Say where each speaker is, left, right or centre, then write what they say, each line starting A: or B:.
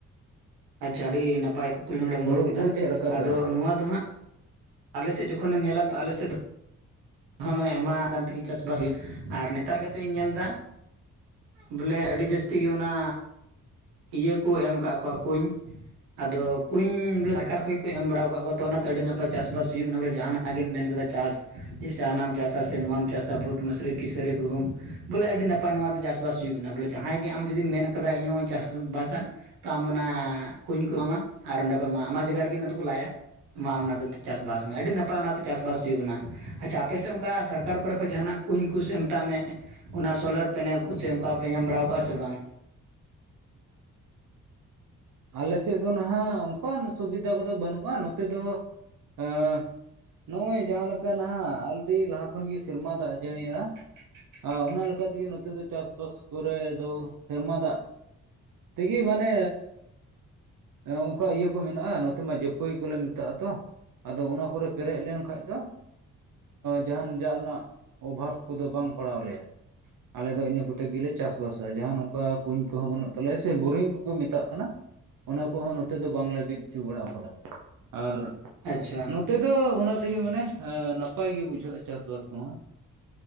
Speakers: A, on the right (about 85°); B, on the right (about 55°).
A: ᱟᱪᱷᱟ ᱟᱹᱰᱤ ᱱᱟᱯᱟᱭ ᱠᱩᱠᱞᱤ ᱱᱚᱰᱮᱢ
B: ᱦᱩᱲᱩ
A: ᱫᱚᱦᱚ ᱠᱮᱫᱟ
B: ᱠᱚ ᱪᱮᱫ ᱞᱮᱠᱟ
A: ᱟᱫᱚ
B: ᱯᱮ ᱨᱚᱦᱚᱭᱟ
A: ᱱᱚᱣᱟ ᱫᱚ ᱦᱟᱸᱜ ᱟᱞᱮ ᱥᱮᱫ ᱡᱚᱠᱷᱚᱱ ᱧᱮᱞᱟ ᱛᱚ ᱟᱞᱮᱫ ᱫᱚ ᱦᱚᱸ ᱱᱚᱜᱼᱚᱭ ᱦᱮᱢᱟ ᱠᱟᱱ ᱛᱮᱜᱮ ᱪᱟᱥᱵᱟᱥ ᱦᱩᱭᱩᱜ ᱟᱨ ᱱᱮᱛᱟᱨ ᱠᱟᱛᱮᱜ ᱤᱧ ᱧᱮᱞ ᱮᱫᱟ ᱵᱚᱞᱮ ᱟᱹᱰᱤ ᱡᱟᱹᱥᱛᱤ ᱜᱮ ᱚᱱᱟ ᱤᱭᱟᱹ ᱠᱚ ᱮᱢ ᱠᱟᱜ ᱠᱚᱣᱟ ᱠᱩᱧ ᱟᱫᱚ ᱠᱩᱧ ᱵᱚᱞᱮ ᱥᱚᱨᱠᱟᱨ ᱠᱷᱚᱡ ᱠᱚ ᱮᱢ ᱵᱟᱲᱟ ᱠᱟᱫ ᱠᱚᱣᱟ ᱛᱚ ᱚᱱᱟᱛᱮ ᱟᱹᱰᱤ ᱱᱟᱯᱟᱭ ᱪᱟᱥᱵᱟᱥ ᱦᱩᱭᱩᱜ ᱠᱟᱱᱟ ᱵᱚᱞᱮ ᱡᱟᱦᱟᱱᱟᱜ ᱡᱟᱦᱟ ᱜᱮᱢ ᱢᱮᱱ ᱠᱟᱫᱟ ᱪᱟᱥ ᱡᱮᱭᱥᱮ ᱦᱟᱱᱟᱢ ᱪᱟᱥᱟ ᱥᱮ ᱱᱚᱣᱟᱢ ᱪᱟᱥᱟ ᱵᱷᱩᱴ, ᱢᱟᱥᱨᱤ, ᱠᱤᱥᱟᱹᱨᱤ, ᱜᱩᱦᱩᱢ ᱵᱚᱞᱮ ᱟᱹᱰᱤ ᱱᱟᱯᱟᱭ ᱱᱚᱣᱟ ᱫᱚ ᱪᱟᱥ ᱪᱟᱥᱵᱟᱥ ᱦᱩᱭᱩᱜ ᱠᱟᱱᱟ ᱵᱚᱞᱮ ᱡᱟᱦᱟᱸᱭ ᱜᱮ ᱟᱢ ᱡᱩᱫᱤᱢ ᱢᱮᱱ ᱠᱟᱫᱟ ᱤᱧᱦᱚ ᱪᱟᱥᱵᱟᱥᱟ ᱛᱚ ᱟᱢ ᱚᱱᱟ ᱠᱩᱧ ᱠᱚ ᱮᱢᱟ ᱟᱨ ᱚᱸᱰᱮ ᱠᱷᱚᱡ ᱢᱟ ᱟᱢᱟᱜ ᱡᱟᱭᱜᱟ ᱨᱮᱜᱮ ᱚᱱᱟ ᱫᱚᱠᱚ ᱞᱟᱭᱟ ᱢᱟ ᱚᱱᱟ ᱫᱚ ᱪᱟᱥᱵᱟᱥ ᱢᱮ ᱟᱹᱰᱤ ᱱᱟᱯᱟᱭ ᱚᱱᱟᱛᱮ ᱪᱟᱥᱼᱵᱟᱥ ᱦᱩᱭᱩᱜ ᱠᱟᱱᱟ ᱟᱪᱪᱷᱟ ᱟᱯᱮᱥᱮᱫ ᱚᱱᱠᱟ ᱥᱚᱨᱠᱟᱨ ᱠᱚᱨᱮ ᱠᱷᱚᱡ ᱡᱟᱦᱟᱱᱟᱜ ᱠᱩᱧ ᱠᱚᱥᱮᱫ ᱢᱮᱛᱟᱜ ᱢᱮ ᱚᱱᱟ ᱥᱳᱞᱟᱨ ᱯᱮᱱᱮᱞ ᱠᱚᱥᱮ ᱚᱱᱠᱟ ᱯᱮ ᱧᱟᱢ ᱵᱟᱲᱟ ᱠᱟᱜ-ᱟ ᱥᱮ ᱵᱟᱝ?
B: ᱟᱞᱮᱥᱮᱫ ᱫᱚ ᱱᱟᱦᱟᱜ ᱚᱱᱠᱟᱱ ᱥᱩᱵᱤᱫᱟ ᱠᱚᱫᱚ ᱵᱟᱹᱱᱩᱜ-ᱟ ᱱᱚᱛᱮ ᱫᱚ ᱟ ᱱᱚᱜ-ᱚᱭ ᱡᱟᱦᱟᱸ ᱞᱮᱠᱟ ᱱᱟᱦᱟᱜ ᱟᱹᱰᱤ ᱞᱟᱦᱟ ᱠᱷᱚᱱ ᱜᱮ ᱥᱮᱨᱢᱟ ᱫᱟᱜ ᱡᱟᱹᱲᱤᱭᱟ ᱟ ᱚᱱᱟ ᱞᱮᱠᱟ ᱛᱮᱜᱮ ᱱᱚᱛᱮ ᱫᱚ ᱪᱟᱥᱵᱟᱥ ᱠᱚᱨᱮ ᱫᱚ ᱥᱮᱨᱢᱟ ᱫᱟᱜ ᱛᱮᱜᱤ ᱢᱟᱱᱮᱻ ᱚᱱᱠᱟ ᱤᱭᱟᱹ ᱠᱚ ᱢᱮᱱᱟᱜ-ᱟ ᱱᱚᱛᱮ ᱢᱟ ᱡᱟᱹᱯᱟᱹᱭ ᱠᱚᱞᱮ ᱢᱮᱛᱟᱜ-ᱟ ᱛᱚ ᱟᱫᱚ ᱚᱱᱟ ᱠᱚᱨᱮ ᱯᱮᱨᱮᱡ ᱞᱮᱱᱠᱷᱟᱱᱡ ᱫᱚ ᱡᱟᱦᱟᱱ ᱡᱚᱱᱟᱜ ᱚᱵᱷᱟᱵ ᱠᱚᱫᱚ ᱵᱟᱝ ᱯᱟᱲᱟᱣ ᱞᱮᱭᱟ᱾ ᱟᱞᱮ ᱫᱚ ᱤᱱᱟᱹ ᱠᱚᱛᱮ ᱜᱮᱞᱮ ᱪᱟᱥ ᱵᱟᱥᱟ ᱡᱟᱦᱟ ᱱᱚᱝᱠᱟ ᱠᱩᱧ ᱠᱚᱦᱚᱸ ᱵᱟᱹᱱᱩᱜ ᱛᱟᱞᱮᱭᱟ ᱥᱮ ᱵᱳᱨᱤᱝ ᱠᱚᱠᱚ ᱢᱮᱛᱟᱜ ᱠᱟᱱᱟ ᱚᱱᱟ ᱠᱚᱦᱚᱸ ᱱᱚᱛᱮ ᱫᱚ ᱵᱟᱝ ᱞᱮ ᱵᱤᱫ ᱦᱚᱪᱚ ᱵᱟᱲᱟ ᱠᱟᱫᱟ ᱟᱨ
A: ᱟᱪᱪᱷᱟ
B: ᱱᱚᱛᱮ ᱫᱚ ᱚᱱᱟ ᱛᱮᱜᱮ ᱢᱟᱱᱮ ᱟ ᱱᱟᱯᱟᱭ ᱜᱮ ᱵᱩᱡᱷᱟᱹᱜ-ᱟ ᱪᱟᱥᱵᱟᱥ ᱠᱚᱦᱚᱸ